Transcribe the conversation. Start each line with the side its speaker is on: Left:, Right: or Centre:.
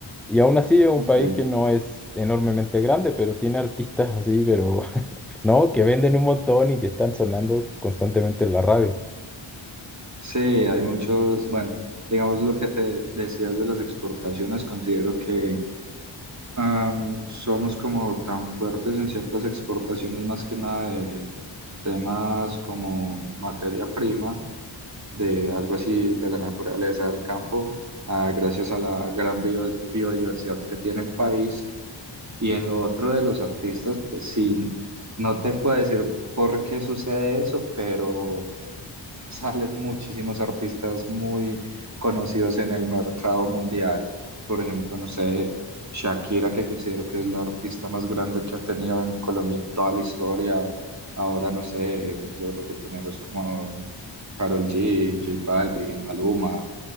Centre: Y aún así es un
Right: Ok.
Centre: país que no es enormemente grande, pero tiene artistas así, pero <laughs> no, que venden un montón y que están sonando constantemente en la radio.
Right: Sí, hay muchos, bueno, digamos lo que te decías de las exportaciones, considero que Am, somos como tan fuertes en ciertas exportaciones, más que nada de temas como materia prima, de algo así de la naturaleza del campo, ah, gracias a la gran bio- biodiversidad que tiene el país. Y en lo otro de los artistas, pues sí, no te puedo decir por qué sucede eso, pero salen muchísimos artistas muy conocidos en el mercado mundial. Por ejemplo, no sé, Shakira, que considero que es la artista más grande que ha tenido en Colombia en toda la historia. Ahora, no sé, los reggaetoneros como Karol G, J Balvin, Maluma